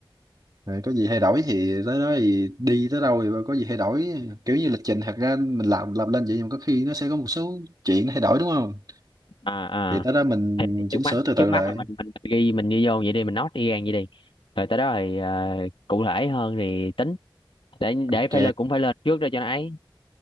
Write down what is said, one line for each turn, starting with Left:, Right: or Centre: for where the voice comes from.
Right: rồi có gì hay đổi thì tới đó thì đi tới đâu thì có gì hay đổi kiểu như lịch trình thật ra mình làm làm lên vậy nhưng mà có khi nó sẽ có một số chuyện nó thay đổi đúng không
Left: à, à.
Right: thì tới đó mình
Left: Thì
Right: chỉnh
Left: trước mắt
Right: sửa từ từ
Left: trước mắt
Right: lại
Left: là mình mình, mình ghi mình đi vô vậy đi mình note đi gan vậy đi rồi tới đó thì ờ, cụ thể hơn thì tính để để
Right: ok
Left: phải lên cũng phải lên trước đó cho nó ấy